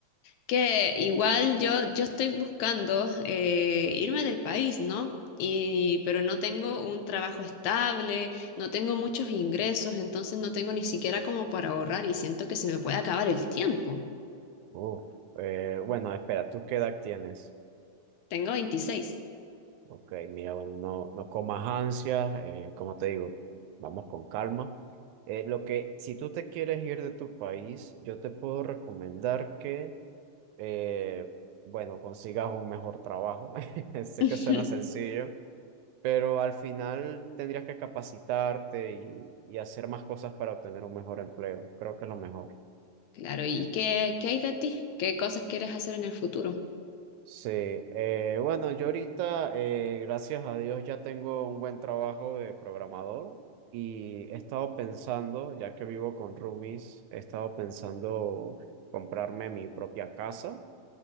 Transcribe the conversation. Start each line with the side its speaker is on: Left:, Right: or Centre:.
Left: Que igual yo, yo estoy buscando eh, irme del país, ¿no? Y, pero no tengo un trabajo estable, no tengo muchos ingresos, entonces no tengo ni siquiera como para ahorrar y siento que se me puede acabar el tiempo.
Right: Uf, eh, bueno, espera, ¿tú qué edad tienes?
Left: Tengo veintiséis
Right: Ok, mira, bueno, no, no comas ansias, eh, como te digo, vamos con calma. Eh, lo que, si tú te quieres ir de tu país, yo te puedo recomendar que, eh, bueno, consigas un mejor trabajo. <laughs> Sé
Left: <laughs>
Right: que suena sencillo, Pero al final tendrías que capacitarte y, y hacer más cosas para obtener un mejor empleo. Creo que es lo mejor.
Left: Claro, ¿y qué, qué hay de ti? ¿Qué cosas quieres hacer en el futuro?
Right: Sí, eh, bueno, yo ahorita, eh, gracias a Dios, ya tengo un buen trabajo de programador y he estado pensando, ya que vivo con roomies, he estado pensando comprarme mi propia casa